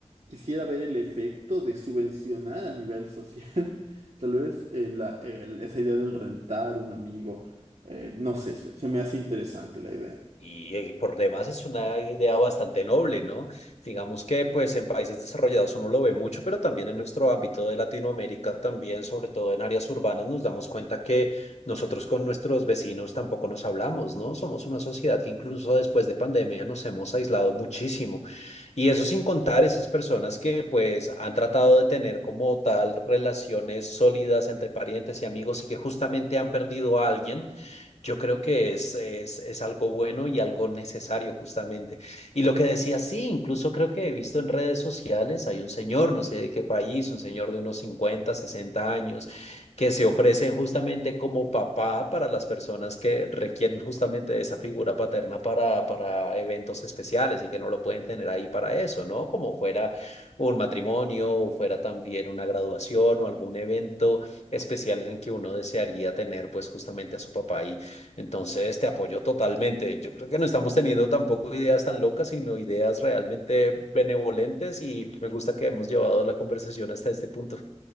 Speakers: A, on the right; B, on the left.
A: quisiera ver el efecto de subvencionar a nivel social, <laughs> tal vez eh, la- el- esa idea del rentar un amigo. eh, no sé, se se me hace interesante la idea.
B: Y, eh, por demás es una idea bastante noble, ¿no? Digamos que pues en países desarrollados uno lo ve mucho, pero también en nuestro ámbito de Latinoamérica, también sobre todo en áreas urbanas, nos damos cuenta que nosotros con nuestros vecinos tampoco nos hablamos, ¿no? Somos una sociedad que incluso después de pandemia nos hemos aislado muchísimo. Y eso sin contar esas personas que pues han tratado de tener como tal relaciones sólidas entre parientes y amigos y que justamente han perdido a alguien yo creo que es, es, es algo bueno y algo necesario justamente. Y lo que decía, sí, incluso creo que he visto en redes sociales, hay un señor, no sé de qué país, un señor de unos 50 60 años, que se ofrece justamente como papá para las personas que requieren justamente de esa figura paterna para, para eventos especiales y que no lo pueden tener ahí para eso, ¿no? Como fuera un matrimonio, o fuera también una graduación o algún evento especial en el que uno desearía tener pues justamente a su papá ahí entonces, te apoyo totalmente. Yo creo que no estamos teniendo tampoco ideas tan locas, sino ideas realmente benevolentes y me gusta que hemos llevado la conversación hasta este punto.